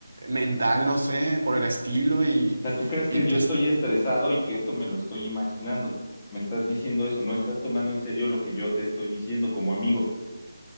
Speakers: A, on the right; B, on the left.
A: mental, no sé, por el estilo y
B: O sea, ¿tú crees que
A: y
B: yo
A: te-
B: estoy estresado y que esto me lo estoy imaginando? Me estás diciendo eso, no estás tomando en serio lo que yo te estoy diciendo como amigo.